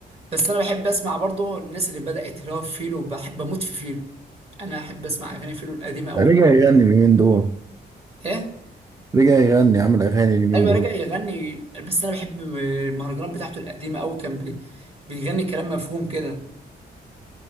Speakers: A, on the right; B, on the right.
A: بس أنا بحب أسمع برضه الناس اللي بدأت اللي هو فيلو بحب أموت في فيلو أنا أحب أسمع أغاني فيلو القديمة أوي
B: رجع
A: كمان
B: يغني اليومين دول
A: إيه
B: رجع يغني عمل اغاني اليومين
A: ايوه
B: دول
A: رجع يغني بس انا بحب المهرجانات بتاعته القديمه قوي كان بي... بيغني كلام مفهوم كده